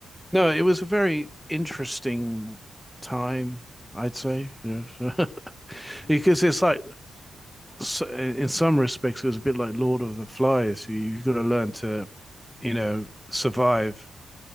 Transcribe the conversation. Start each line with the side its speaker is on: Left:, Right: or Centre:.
Centre: No, it was a very interesting time, I'd say. You know, <laughs>
Left: Sounds
Centre: because
Left: fascinating.
Centre: it's like so- in some respects it was a bit like Lord of the Flies. You- You've got
Left: Of
Centre: to learn
Left: course.
Centre: to, you know, survive.